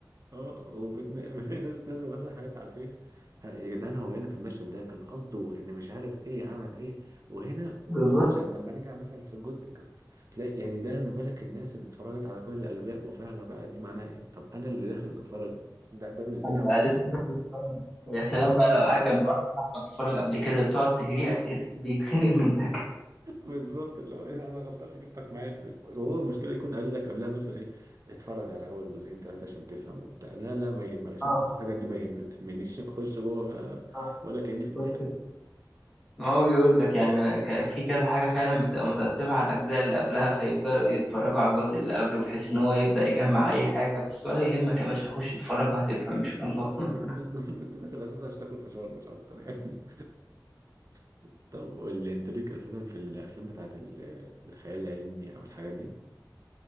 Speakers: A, on the right; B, in the centre.
A: اه وبتن... <laughs> ناس بتنزل مثلا حاجات على الفيس ها يا جدعان هو هنا في المشهد ده كان قصده ان مش عارف ايه عمل ايه وهنا و-
B: بالظبط
A: اه عشان لما رجع مثلا في الجزء ك- تلاقي يعني ده ما بالك الناس اللي اتفرجت على كل الاجزاء وفاهمه بقى دي معناها ايه طب انا اللي داخل اتفرج ده, ده بالنسبه
B: انا
A: لي اول
B: بقى
A: فيلم
B: لسه داخل الفرن. يا سلام
A: <laughs>
B: بقى لو قاعد جنب واحد صاحبك اتفرج قبل كده بتقعد تهريه اسئله بيتخنق منك
A: بالظبط اللي هو إيه، انا غلطان اللي جبتك معايا الفيلم <laughs> وهو المشكله يكون قال لك قبلها مثلا ايه اتفرج على اول جزئين ثلاثه عشان تفهم وبتاع لا لا ما يهمكش
B: اه
A: انا الحاجات دي ما يهم- ما تهمنيش <laughs> اخش جوه بقى
B: آه،
A: ولا كاني في امتحان
B: خش ما هو بيقول لك يعني ك- في كذا حاجة فعلا بتبقى مترتبة على الأجزاء اللي قبلها فيبدأوا يتفرجوا على الجزء اللي قبله بحيث إن هو يبدأ يجمع أي حاجة بس ولا يهمك يا باشا خش اتفرج وهتفهم إن شاء الله
A: <laughs>
B: <laughs>
A: بالظبط انت داخل اساسا عشان تاكل فشار مش اكتر يعني <laughs> طب قول لي انت ليك اساسا في الافلام بتاعت ال- الخيال العلمي او الحاجات دي